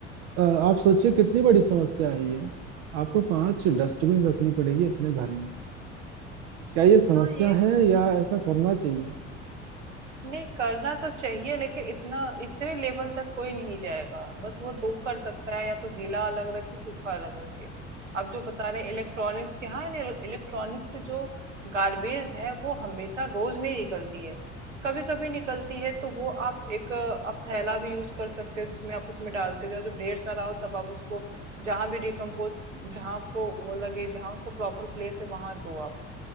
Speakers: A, on the right; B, on the right.
A: अ, आप सोचिए कितनी बड़ी समस्या है ये आपको पांच डस्टबिन रखनी पड़ेगी अपने घर में क्या ये समस्या
B: हाँ ये
A: है या ऐसा करना चाहिए
B: नहीं करना तो चाहिए लेकिन इतना इतने लेवल तक कोई नहीं जाएगा बस वो दो कर सकता है या तो गीला अलग रखे सूखा अलग रखे आप जो बता रहे इलेक्ट्रॉनिक्स के हाँ इलेक्ट्रॉनिक्स के जो गार्बेज है वो हमेशा रोज नहीं निकलती है कभी कभी निकलती है तो वो आप एक अ, आप थैला भी यूज कर सकते हो जिसमें आप उसमें डालते जाओ जब ढेर सारा हो तब आप उसको जहां भी डिकम्पोज जहां आपको वो लगे जहां उसको प्रॉपर प्लेस है वहां दो आप